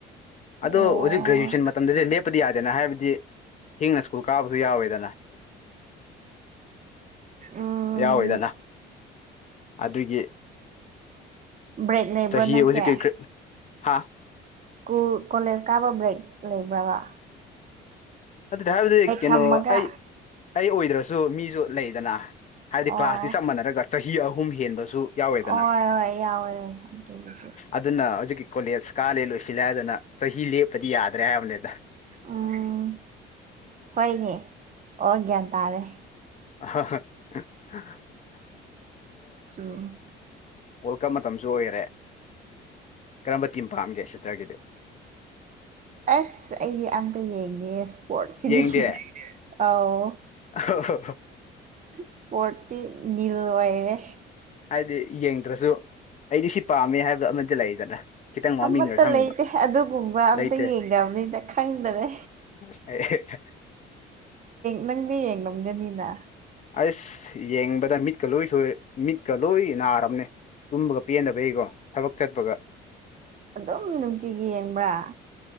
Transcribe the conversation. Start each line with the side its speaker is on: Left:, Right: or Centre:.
Right: ꯑꯣ
Left: ꯑꯗꯣ ꯍꯧꯖꯤꯛ ꯒ꯭ꯔꯦꯖꯨꯋꯦꯁꯟ ꯃꯇꯝꯗꯗꯤ ꯂꯦꯞꯄꯗꯤ ꯌꯥꯗꯦꯅ ꯍꯥꯏꯕꯗꯤ ꯊꯦꯡꯅ ꯁ꯭ꯀꯨꯜ ꯀꯥꯕꯁꯨ ꯌꯥꯎꯋꯦꯗꯅ
Right: ꯎꯝ
Left: ꯌꯥꯎꯋꯦꯗꯅ ꯑꯗꯨꯒꯤ
Right: ꯕ꯭ꯔꯦꯛꯅꯦꯕ
Left: ꯆꯍꯤ
Right: ꯅꯪꯁꯦ
Left: ꯍꯧꯖꯤꯛꯀꯤ ꯍꯥ
Right: ꯁ꯭ꯀꯨꯜ ꯀꯣꯂꯦꯖ ꯀꯥꯕ ꯕ꯭ꯔꯦꯛ ꯂꯩꯕ꯭ꯔꯥꯕ
Left: ꯑꯗꯨꯗꯤ ꯍꯥꯏꯕꯗꯤ ꯀꯩꯅꯣ
Right: ꯊꯝꯃꯒ
Left: ꯑꯩ ꯑꯩ ꯑꯣꯏꯗ꯭ꯔꯁꯨ ꯃꯤꯁꯨ ꯂꯩꯗꯅ ꯍꯥꯏꯗꯤ
Right: ꯑꯣ
Left: ꯀ꯭ꯂꯥꯁꯇꯤ ꯆꯞ ꯃꯥꯟꯅꯔꯒ ꯆꯍꯤ ꯑꯍꯨꯝ ꯍꯦꯟꯕꯁꯨ ꯌꯥꯎꯋꯦꯗꯅ
Right: ꯍꯣꯏ ꯍꯣꯏ ꯌꯥꯎꯋꯦ ꯑꯗꯨꯕꯨꯗꯤ
Left: ꯑꯗꯨꯅ ꯍꯧꯖꯤꯛꯀꯤ ꯀꯣꯂꯦꯖ ꯀꯥꯂꯦ ꯂꯣꯏꯁꯤꯜꯂꯦ ꯍꯥꯏꯗꯅ ꯆꯍꯤ ꯂꯦꯞꯄꯗꯤ ꯌꯥꯗ꯭ꯔꯦ ꯍꯥꯏꯕꯅꯦꯗ
Right: ꯎꯝ ꯍꯣꯏꯅꯦ ꯑꯣ ꯒ꯭ꯌꯥꯟ ꯇꯥꯔꯦ
Left: ꯑ <unintelligible>
Right: ꯆꯨꯝ
Left: ꯋꯥꯔꯜ ꯀꯞ ꯃꯇꯝꯁꯨ ꯑꯣꯏꯔꯦ ꯀꯔꯝꯕ ꯇꯤꯝ ꯄꯥꯝꯒꯦ ꯁꯤꯁꯇꯔꯒꯤꯗꯤ
Right: ꯑꯁ ꯑꯩꯗꯤ ꯑꯝꯇ ꯌꯦꯡꯗꯦ ꯏꯁꯄꯣꯔꯠꯁꯤꯗꯤ
Left: ꯌꯦꯡꯗꯦ
Right: ꯑꯥꯎ
Left: <unintelligible>
Right: ꯁꯄꯣꯔꯠꯇꯤ ꯅꯤꯜ ꯑꯣꯏꯔꯦ
Left: ꯍꯥꯏꯗꯤ ꯌꯦꯡꯗ꯭ꯔꯁꯨ ꯑꯩꯗꯤ ꯁꯤ ꯄꯥꯝꯃꯦ ꯍꯥꯏꯕꯗꯣ ꯑꯃꯗꯤ ꯂꯩꯗꯅ ꯈꯤꯇꯪ ꯃꯃꯤꯡꯒ
Right: ꯑꯃꯠꯇ
Left: ꯈꯪꯕ
Right: ꯂꯩꯇꯦ ꯑꯗꯨꯒꯨꯝꯕ ꯑꯝꯇ
Left: ꯂꯩꯇꯦ
Right: ꯌꯦꯡꯗꯕꯅꯤꯅ ꯈꯪꯗꯔꯦ
Left: <unintelligible>
Right: ꯅꯪꯗꯤ ꯌꯦꯡꯝꯒꯅꯤꯅ
Left: ꯑꯁ ꯌꯦꯡꯕꯗ ꯃꯤꯠꯀ ꯂꯣꯏ ꯁꯣꯏ ꯃꯤꯠꯀ ꯂꯣꯏ ꯅꯥꯔꯕꯅꯦ ꯇꯨꯝꯕꯒ ꯄꯦꯟꯗꯕꯩꯀꯣ ꯊꯕꯛ ꯆꯠꯄꯒ
Right: ꯑꯗꯨꯝ ꯅꯨꯡꯇꯤꯒꯤ ꯌꯦꯡꯕ꯭ꯔꯥ